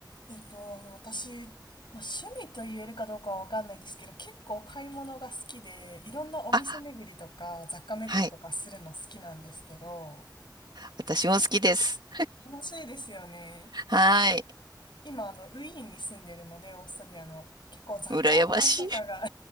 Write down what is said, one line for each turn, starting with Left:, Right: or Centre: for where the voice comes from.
Left: えっと、あの、私、まあ、趣味と言えるかどうかはわかんないですけど、結構買い物が好きで、いろんなお店巡りとか、
Right: あ、
Left: 雑貨巡りとかするの好きなんですけど、
Right: はい。私も好きです。
Left: 楽しいですよね。
Right: はい。
Left: 今、あの、ウィーンに住んでるので、オーストリアの、結構雑貨屋さんとかが
Right: 羨ましい。